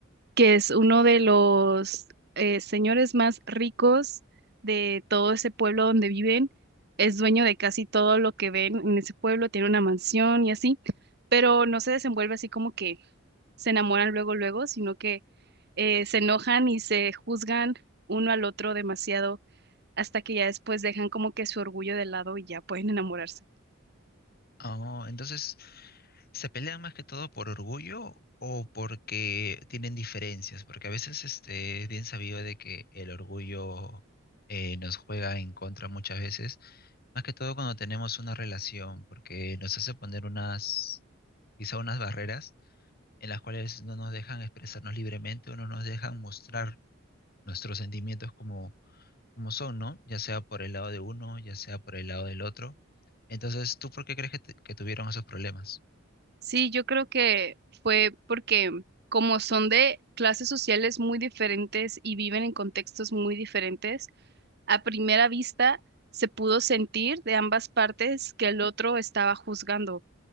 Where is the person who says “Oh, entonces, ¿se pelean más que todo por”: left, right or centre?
Left